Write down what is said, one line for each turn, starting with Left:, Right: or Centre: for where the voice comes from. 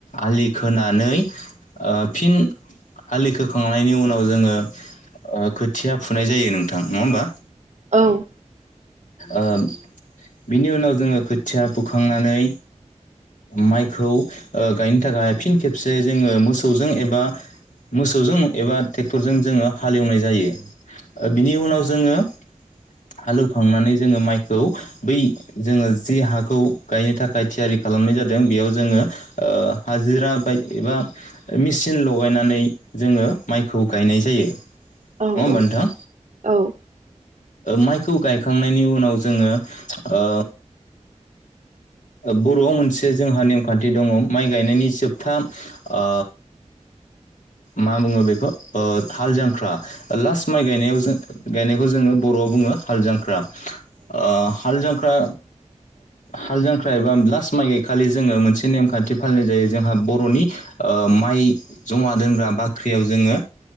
Left: आलि खोनानै ओ फिन आलि खोखांनायनि उनाव जोङो ओ खोथिया फुनाय जायो नोंथां नङा होमबा
Right: औ
Left: ओ बिनि उनाव जोङो खोथिया फुखांनानै माइखौ गायनो थाखाय फिन खेबसे जोङो मोसौजों एबा मोसौजों एबा टेक्टरजों जोङो हालेवनाय जायो बिनि उनाव जोङो हालौवखांनानै जोङो माइखौ बै जोङो जे हाखौ गायनो थाखाय थियारि खालामनाय जादों बेयाव जोङो ओ हाजिरा बाय एबा मेचिन लगायनानै जोङो माइखौ गायनाय जायो। नङा
Right: औ
Left: होमबा
Right: औ
Left: नोंथां
Right: औ।
Left: माइखौ गायखांनायनि उनाव जोङो ओ बर'आव मोनसे जोंहा नेमखान्थि दङ माइ गायनायनि जोबथा ओ मा बुङो बेखौ ओ हाल जांख्रा लास्ट माइ गायनायाव जो गायनायखौ जोङो बर'आव बुङो हाल जांख्रा। ओ हाल जांख्रा हाल जांख्रा एबा लास्ट माइ गायखालि जोङो मोनसे नेमखान्थि फालिनाय जायो जोंहा बर'नि माइ जमा दोनग्रा बा फाख्रियाव जोङो